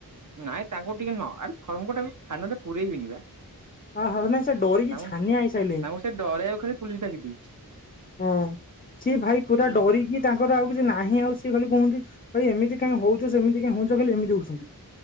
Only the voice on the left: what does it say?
ହ ହ ନାଇଁ ସେ ଡରିକି
ଛାନିଆ ହେଇ ସାଇଲେନି।
ହଁ ସିଏ ଭାଇ ପୁରା
ଡରିକି ତାଙ୍କର ଆଉ କିଛି ନାହିଁ। ଆଉ ଖାଲି କୁହନ୍ତି, ଭାଇ ଏମିତି କାଇଁ ହଉଛ, ସେମିତି କାଇଁ ହଉଛ, ଖାଲି ଏମିତି ହଉଛନ୍ତି।